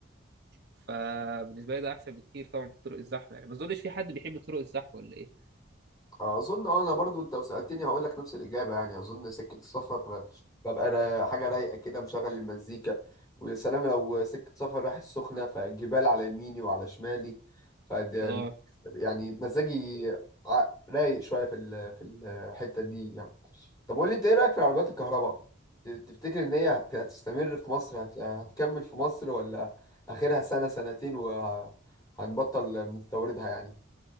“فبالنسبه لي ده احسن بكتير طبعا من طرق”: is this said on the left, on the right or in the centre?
Right